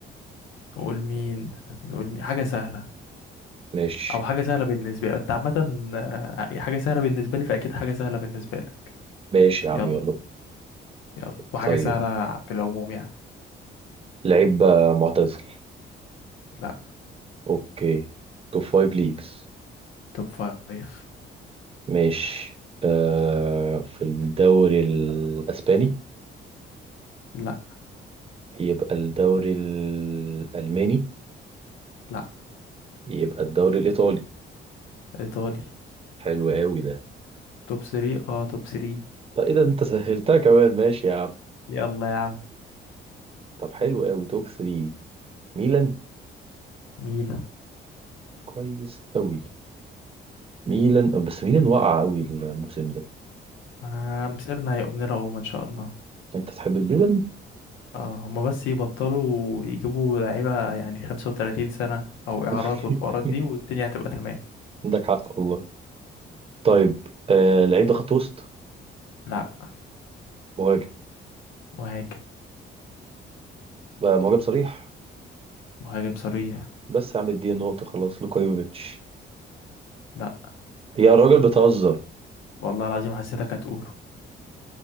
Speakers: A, on the left; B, on the right.
A: نقول مين نقول مين حاجه سهله
B: ماشي
A: او حاجه سهله بالنسبه لي انت عامه آه، حاجه سهله بالنسبه لي فاكيد حاجه سهله بالنسبه لك
B: ماشي يا عم
A: يلا
B: يلا
A: يلا وحاجة
B: طيب
A: سهلة في العموم يعني
B: لعيب آه، معتزل
A: لا
B: اوكي توب فايف ليجز
A: توب فايف
B: ماشي آه في الدوري الأسباني
A: لا
B: يبقى الدوري الألماني
A: لا
B: يبقى الدوري الإيطالي
A: إيطالي
B: حلو قوي ده
A: توب ثري اه توب ثري
B: طب إيه ده أنت سهلتها كمان ماشي يا عم
A: يلا يا عم
B: طب حلو قوي توب 3 ميلان
A: ميلان
B: كويس قوي ميلان آه، بس ميلان وقع قوي الموسم ده
A: ما مسيرنا هيقوم لنا قوم إن شاء الله
B: أنت تحب الميلان
A: اه هما بس يبطلوا يجيبوا لعيبة يعني خمسة وتلاتين سنة أو إعارات
B: <laughs>
A: والحوارات دي والدنيا هتبقى تمام
B: عندك حق والله طيب آه لعيب ده خط وسط
A: لا
B: مهاجم
A: مهاجم
B: بقى مهاجم صريح
A: مهاجم صريح
B: بس يا عم اديني نقطة خلاص لوكا يوفيتش
A: لا
B: هي الراجل بتهزر
A: والله العظيم حسيتك هتقوله